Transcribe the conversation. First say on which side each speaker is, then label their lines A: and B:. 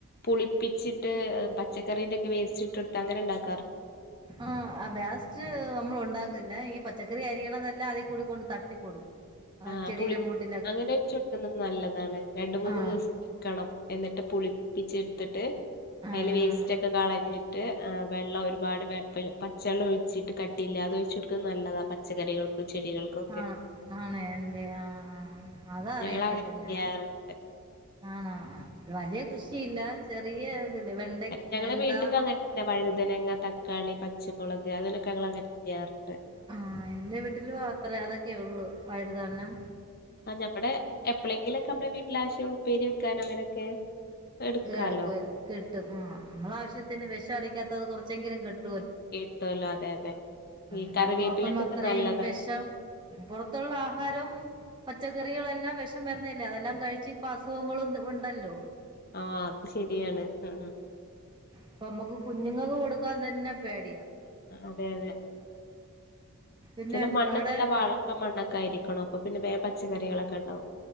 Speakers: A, on the left; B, on the right.
A: പുളിപ്പിച്ചിട്ട് പച്ചക്കറീന്റെ ഒക്കെ വേസ്റ്റ്ട്ട എടുത്ത് അങ്ങനെ ഇണ്ടാക്കും
B: ആ വ്യാസ്റ്റ് നമ്മൾ ഉണ്ടാക്ക പച്ചക്കറി അരിതല്ല അത കൂണ്ട് തട്ടിക്ക കൊടുക്കും ആ
A: ആഹ്
B: ചെൽട്ട
A: പുളി അങ്ങനെ അിച്ച കൊടുക്കുന്നത് നല്ലതാണ് രണ്ട മൂന്ന്
B: ആഹ്
A: ദിവസം എക്കണം എന്നിട്ട് പുളിപ്പിച്ചെടുത്തിട്ട്
B: ആഹ്
A: കയ്ല് വേസ്റ്റ് ഒക്കെ കാളാ വെള്ള ഒരുപാട് പച്ചവെള്ളം ഒഴിച്ചിട്ട് കട്ടിയില്ല അതൊഴിച്ചെടുക്കുന്നത് നല്ലതാണ് പച്ചക്കറികൾക്ക് ചെടികൾക്കൊക്കെ
B: ആഹ് ആണ് എ്റെ ആ ആ അത അറിയത്തില്ല
A: ഞങ്ങള് അങ്ങനെ
B: ഞാാന്ൻ
A: ചെയ്യാറുണ്ട്
B: ആണോ ആ വലിയ കൃഷിയില്ല ചെറിയ വെണ്ട
A: ഞങ്ങളെ
B: വെണ്ട
A: വീട്ടിലും അങ്ങനെ തങ്ങന്നെ വഴുതനങ്ങ തക്കാളി പച്ചമുളക് അതിനൊക്കെ ഞങ്ങൾ അങ്ങനെ ചെയ്യാറുണ്ട്
B: ആഹ എറെ വീട്ടില് അത്രേ അതൊക്കെ ഉള്ളൂ വയുതടനം
A: ആ നമ്മടെ എപ്പഴെങ്കിലൊക്കെ നമ്മുടെ വീട്ടില ആവശ്യ ഉ പേര് വെക്കാന അങ്ങനൊക്കെ എടുക്കാലോ
B: എടുക്കുവ കിട്ടും ആ നമ്മള ആവശ്യത്തിന് വിഷ അടിക്കാത്തത് കൊറച്ചെങ്കിലും കിട്ടും
A: കേട്ടോല അതെ അതെ ഈ
B: നമ്മള്
A: കറിവേപ്പിലക്കൊക്കെ
B: പുറത്തന്ന് അത്രയും
A: നല്ലതാണ്
B: വിഷം പുൊറത്തുള്ള ആഹാരവും പച്ചക്കറികളെല്ലാം വിഷം വരുന്നല്ലേ അതെല്ലാം കഴിച്ച് ഇപ്പ അസുഖങ്ങളും ഉണ്ടല്ലോ
A: ആ അത് ശരിയാണ് ആ
B: അപ്പൊ നമ്മുക്ക് കുഞ്ഞുങ്ങ കൊടുക്കാൻ തന്നെ പേടിയാ
A: അതെ അതെ
B: പിന്നെ
A: ചില മണ്ണ്
B: അവിടെ
A: നല്ല വാളുള്ള മണ്ണൊക്കെ ആയിരിക്കണം അപ്പൊ പിന്നെ വേ പച്ചക്കറികളൊക്കെ ഉണ്ടാവും